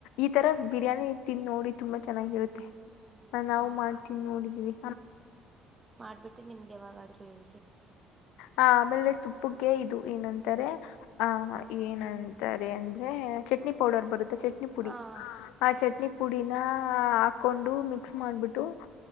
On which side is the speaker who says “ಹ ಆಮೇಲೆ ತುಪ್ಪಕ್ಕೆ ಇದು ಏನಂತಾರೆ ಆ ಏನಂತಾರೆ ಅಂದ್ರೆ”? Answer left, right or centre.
Left